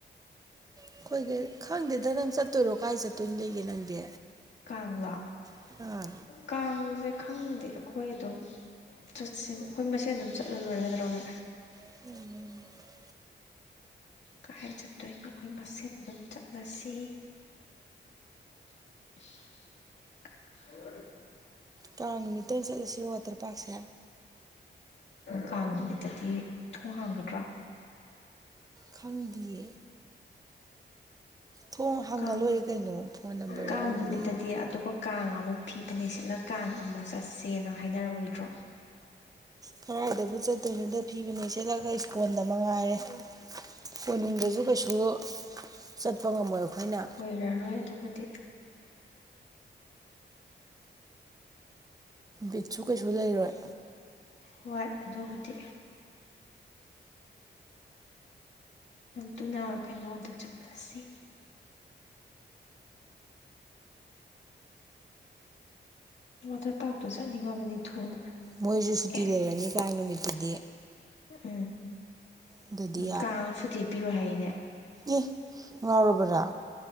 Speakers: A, on the right; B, on the left.
A: ꯑꯩꯈꯣꯏꯒꯤ ꯈꯪꯗꯦꯗ ꯅꯪ ꯆꯠꯇꯣꯏꯔꯣ ꯀꯥꯏ ꯆꯠꯇꯣꯏꯅꯣ ꯂꯩꯒꯦ ꯅꯪꯗꯤ
B: ꯀꯥꯡ ꯂꯣ
A: ꯑꯥ
B: ꯀꯥꯡꯁꯦ ꯈꯪꯗꯦ ꯑꯩꯈꯣꯏ ꯑꯗꯨꯝ ꯆꯠꯁꯦ ꯑꯩꯈꯣꯏ ꯃꯁꯦꯟ ꯑꯗꯨꯝ ꯆꯠꯂ ꯂꯣꯏꯔꯦ ꯀꯩꯗꯧꯔꯒꯦ
A: <inaudible>
B: ꯀꯗꯥꯥꯏ ꯆꯠꯇꯣꯏꯅꯣ ꯑꯩꯈꯣꯏ ꯃꯁꯦꯟ ꯑꯗꯨꯝ ꯆꯠꯂꯁꯤ <unintelligible>
A: ꯀꯥꯡ ꯅꯨꯃꯤꯠꯇ ꯑꯣꯏ ꯆꯠꯂꯁꯤꯔꯣ ꯋꯥꯇꯔ ꯄꯥꯔꯛꯁꯦ
B: ꯀꯥꯡ ꯅꯨꯃꯤꯠꯇꯗꯤ ꯊꯣꯡ ꯍꯥꯡꯒꯗ꯭ꯔꯥ
A: ꯈꯪꯗꯤꯌꯦ ꯊꯣꯡ ꯍꯪꯉ
B: ꯀꯥꯡ
A: ꯂꯣꯏꯔꯦ ꯀꯩꯅꯣ ꯐꯣꯟ ꯅꯝꯕꯔ
B: ꯀꯥꯡ
A: ꯌꯥꯎꯔꯝꯅꯤ
B: ꯅꯨꯃꯤꯠꯇꯗꯤ ꯑꯇꯣꯞꯄ ꯀꯥꯡ ꯑꯃꯨꯛ ꯐꯤ ꯐꯅꯦꯛ ꯁꯤꯠꯂ ꯀꯥꯡ ꯑꯃꯨꯛ ꯆꯠꯁꯦꯅ ꯍꯥꯏꯅꯔꯛꯑꯣꯏꯗ꯭ꯔꯣ
A: ꯀꯔꯥꯏꯗꯕꯨ ꯆꯠꯇꯣꯏꯅꯣꯗ ꯐꯤꯕꯅꯦ ꯁꯦꯠꯂꯒ ꯏꯁꯀꯣꯟꯗ ꯃ ꯉꯥꯏꯔꯦ ꯀꯣꯅꯨꯡꯗꯁꯨ
B: ꯎꯝ
A: ꯀꯩꯁꯨ ꯆꯠꯄ ꯉꯝꯃꯣꯏ ꯑꯩꯈꯣꯏꯅ
B: ꯑꯣꯏꯔꯔꯣꯏ ꯑꯗꯨꯕꯨꯗꯤ
A: ꯕꯤꯠꯁꯨ ꯀꯩꯁꯨ ꯂꯩꯔꯣꯏ
B: ꯍꯣꯏ ꯑꯗꯨꯕꯨꯗꯤ ꯑꯗꯨꯅ ꯀꯩꯅꯣꯗ ꯆꯠꯂꯁꯤ ꯋꯥꯇꯔ ꯄꯥꯛꯇꯨ ꯆꯠꯅꯤꯡꯂꯥꯕꯅꯤ ꯊꯨꯅ
A: ꯃꯣꯏꯁꯨ ꯁꯨꯇꯤ
B: ꯑꯦ
A: ꯂꯩꯔꯅꯤ ꯀꯥꯡ ꯅꯨꯃꯤꯠꯇꯨꯗꯤ
B: ꯎꯝ
A: ꯑꯗꯨꯗꯤ
B: ꯀꯥꯡꯗ ꯁꯨꯇꯤ ꯄꯤꯔꯣ ꯍꯥꯏꯅꯦ
A: ꯏ ꯉꯥꯎꯔꯕꯔꯥ